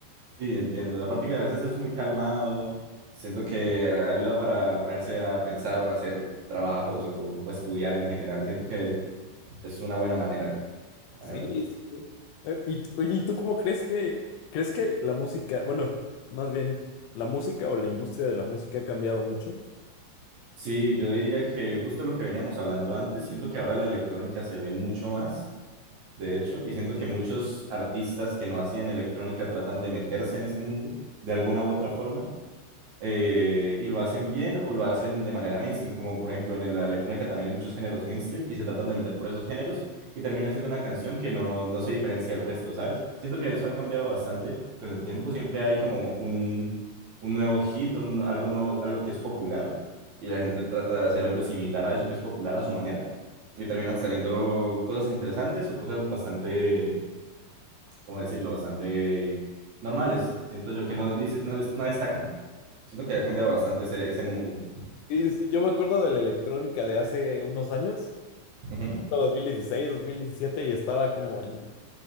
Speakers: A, on the right (about 60°); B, on the left (about 85°).
A: Sí, entiendo. Aparte que a veces es muy calmado. Siento que ayuda para ponerse a pensar o hacer trabajos o, o estudiar en general. Siento que es una buena manera,
B: Sí,
A: la verdad.
B: sí. sí. Eh, Y, t- oye, ¿y tú cómo crees que, crees que la música, bueno, más bien, la música o la industria de la música ha cambiado mucho?
A: Sí, yo diría que justo lo que veníamos hablando antes, siento que ahora la electrónica se ve mucho más, de hecho, y siento que muchos artistas que no hacían electrónica tratan de meterse en ese mundo de alguna u otra forma, eh, y lo hacen bien o lo hacen de manera mainstream, como por ejemplo en la electrónica también hay muchos géneros mainstream y se tratan de meter por esos géneros y termina siendo una canción que no, no se diferencia del resto, ¿sabes? Siento que eso ha cambiado bastante con el tiempo, siempre hay como un, un nuevo hit, un- algo nuevo, algo que es popular y la gente trata de hacer algo similar a eso que es popular a su manera y terminan saliendo cosas interesantes o cosas bastante ¿cómo decirlo?, bastante normales. Siento yo que no, dice- no, des- no destacan. Siento que ha cambiado bastante ese, ese mundo.
B: Sí, sí, yo me acuerdo de la electrónica de hace unos años,
A: Ujú.
B: no, dos mil dieciséis, dos mil diecisiete y estaba como en...